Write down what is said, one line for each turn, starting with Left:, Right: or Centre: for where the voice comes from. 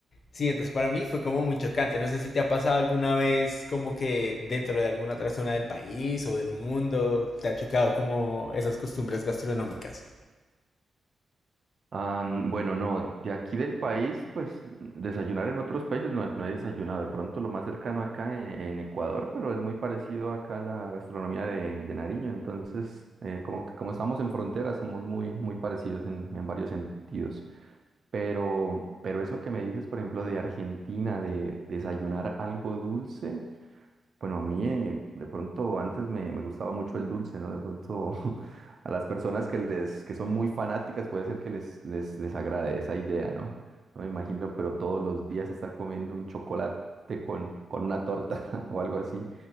Left: Sí, entonces para mí fue como muy chocante. No sé si te ha pasado alguna vez como que dentro de alguna otra zona del país o del mundo te ha chocado como esas costumbres gastronómicas.
Right: Am, bueno, no, de aquí del país, pues desayunar en otros países no, he no he desayunado. De pronto lo más cercano acá en, en Ecuador, pero es muy parecido acá a la gastronomía de, de Nariño. Entonces, eh, como, que- como estamos en frontera, somos muy, muy parecidos en, en varios sentidos. Pero, pero eso que me dices, por ejemplo, de Argentina, de desayunar algo dulce. Bueno, a mí eh, de pronto antes me, me gustaba mucho el dulce, ¿no? De pronto <laughs> a las personas que les que son muy fanáticas puede ser que les les, les agrade esa idea, ¿no? No me imagino, pero todos los días estar comiendo un chocolate con, con una torta <laughs> o algo así,